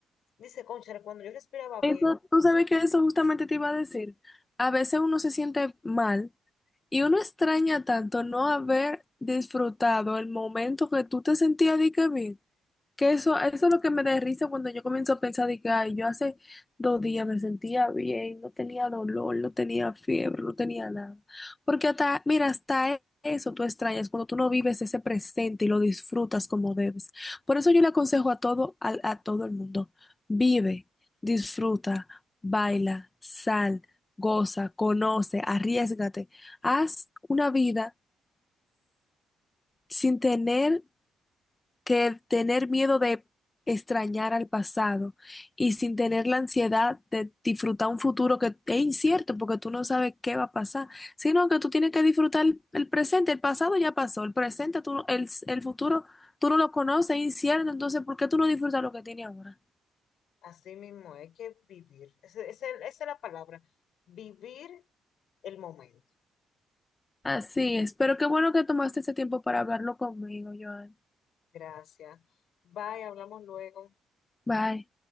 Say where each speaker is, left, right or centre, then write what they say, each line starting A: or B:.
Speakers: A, on the left; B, on the left.
A: Dice, cónchale, cuando yo respiraba
B: Eso,
A: bien,
B: tú sabes que eso justamente te iba a decir. A veces uno se siente mal y uno extraña tanto no haber disfrutado el momento que tú te sentías de que bien Que eso, eso es lo que me da risa cuando yo comienzo a pensar de que ay, yo hace dos días me sentía bien, no tenía dolor, no tenía fiebre, no tenía nada. Porque hasta, mira, hasta e- eso tú extrañas cuando tú no vives ese presente y lo disfrutas como debes. Por eso yo le aconsejo a todo, al- a, todo el mundo, vive, disfruta, baila, sal, goza, conoce, arriésgate, haz una vida sin tener que tener miedo de extrañar al pasado y sin tener la ansiedad de disfrutar un futuro que es incierto porque tú no sabes qué va a pasar, sino que tú tienes que disfrutar el presente, el pasado ya pasó, el presente, tú no- el, el futuro, tú no lo conoces, es incierto, entonces ¿por qué tú no disfrutas lo que tienes ahora?
A: así mismo hay que vivir. Ese- ese- esa es la palabra, vivir el momento.
B: Así es, pero qué bueno que tomaste ese tiempo para hablarlo conmigo, Joan.
A: Gracias. Bye, hablamos luego.
B: Bye.